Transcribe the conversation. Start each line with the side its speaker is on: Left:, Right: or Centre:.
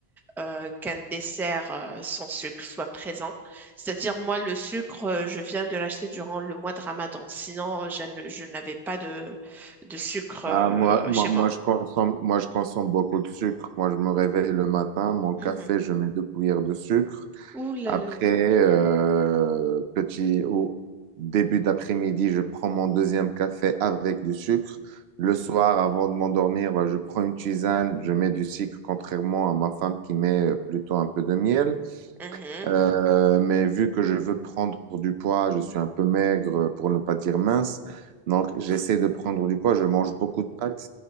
Centre: euh, qu'un dessert euh, sans sucre soit présent. C'est-à-dire, moi, le sucre, euh, je viens de l'acheter durant le mois de Ramadan. Sinon, je ne- je n'avais pas de, de sucre euh,
Right: Bah, moi, moi,
Centre: chez
Right: moi,
Centre: moi.
Right: je consomme, moi, je consomme beaucoup de sucre. Moi, je me réveille le matin, mon café,
Centre: Mhm.
Right: je mets deux cuillères de sucre.
Centre: Ouh là
Right: Après,
Centre: là là
Right: euh, petit au début d'après-midi, je prends mon deuxième café avec du sucre. Le soir, avant de m'endormir, bah, je prends une tisane, je mets du sucre, contrairement à ma femme qui met euh, plutôt un peu de miel.
Centre: là.
Right: Euh, mais vu que je veux prendre du poids, je suis un peu maigre, euh, pour ne pas dire mince. Donc, j'essaie de prendre du poids. Je mange beaucoup de pâtes,